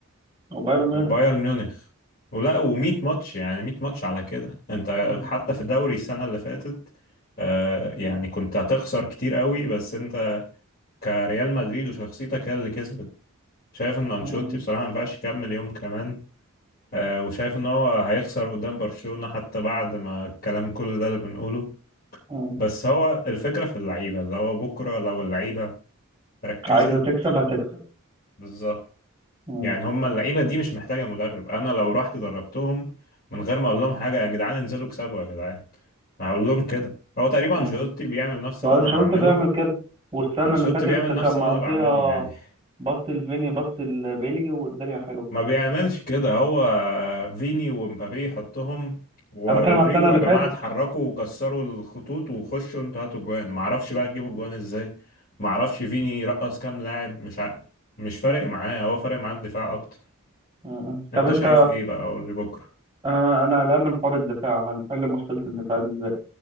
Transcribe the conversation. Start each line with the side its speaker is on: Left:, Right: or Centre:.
Right: وبايرن ميونخ
Left: وبايرن ميونخ ولا و100 ماتش يعني 100 ماتش على كده انت
Right: مم.
Left: حتى في الدوري السنة اللي فاتت آه يعني كنت هتخسر كتير قوي بس انت كريال مدريد وشخصيتك هي اللي كسبت شايف ان انشيلوتي
Right: مم.
Left: بصراحة ما ينفعش يكمل يوم كمان آه وشايف ان هو هيخسر قدام برشلونة حتى بعد ما الكلام كل ده اللي بنقوله
Right: مم.
Left: بس هو الفكرة في اللعيبة اللي هو بكرة لو اللعيبة ركزت
Right: عايزة تكسب هتكسب
Left: بالظبط
Right: مم.
Left: يعني هم اللعيبه دي مش محتاجه مدرب انا لو رحت دربتهم من غير ما اقول لهم حاجه يا جدعان انزلوا اكسبوا يا جدعان ما هقول لهم كده هو تقريبا
Right: مم.
Left: انشيلوتي بيعمل نفس
Right: هو
Left: اللي انا
Right: انشيلوتي
Left: هعمله
Right: بيعمل كده والسنة
Left: انشيلوتي
Right: اللي فاتت
Left: بيعمل
Right: كان
Left: نفس
Right: مقضيها
Left: اللي انا بعمله يعني <laughs>
Right: بص لفيني بص لبيلي والدنيا حلوة
Left: ما بيعملش كده هو فيني ومبابي يحطهم ورودريجو
Right: انا بتكلم على السنة اللي
Left: يا جماعه
Right: فاتت
Left: اتحركوا وكسروا الخطوط وخشوا انتوا هاتوا جوان ما اعرفش بقى تجيبوا جوان ازاي ما اعرفش فيني رقص كام لاعب مش ع... مش فارق
Right: مم.
Left: معاه هو فارق معاه الدفاع اكتر
Right: مم. طب
Left: انت
Right: انت
Left: شايف ايه بقى قول لي بكره
Right: انا انا قلقان من حوار الدفاع هنحل مشكلة الدفاع دي ازاي